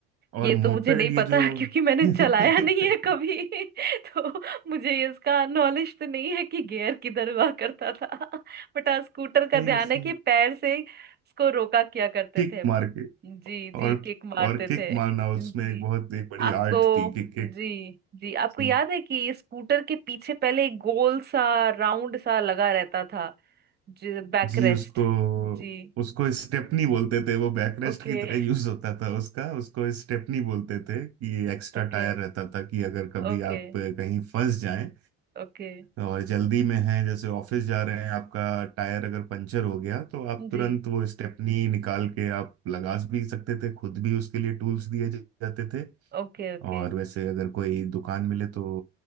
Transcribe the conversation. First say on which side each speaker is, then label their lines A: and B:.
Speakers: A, on the right (about 50°); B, on the right (about 30°).
A: और
B: ये तो
A: मोपेड
B: मुझे नहीं
A: ये
B: पता
A: जो
B: <laughs> क्योंकि मैंने
A: <laughs> नहीं
B: चलाया नहीं है कभी <laughs> तो मुझे इसका नॉलेज तो नहीं है कि गियर किधर हुआ करता था <laughs> बट हाँ स्कूटर का ध्यान
A: उस
B: है कि पैर से उसको रोका किया करते
A: किक
B: थे
A: मार के
B: जी जी
A: और
B: किक मारते
A: और किक
B: थे
A: मारना उसमें
B: जी
A: एक बहुत एक बड़ी
B: आपको
A: आर्ट थी कि किक
B: जी जी आपको
A: जी
B: याद है कि स्कूटर के पीछे पहले एक गोल सा राउंड सा लगा रहता था बैक
A: जी
B: रेस्ट
A: उसको
B: जी
A: उसको स्टेपनी बोलते थे वो बैकरेस्ट
B: ओके
A: की तरह यूज होता था उसका उसको स्टेपनी बोलते थे कि एक्स्ट्रा
B: ओके
A: टायर रहता था कि अगर कभी
B: ओके
A: आप कहीं फंस जाएं
B: ओके
A: और जल्दी में है जैसे ऑफिस जा रहे हैं आपका टायर अगर पंचर हो गया तो आप
B: जी
A: तुरंत वो स्टेपनी निकाल के आप लगा भी सकते थे खुद भी उसके लिए टूल्स दिए जाते थे
B: ओके ओके
A: और वैसे अगर कोई दुकान मिले तो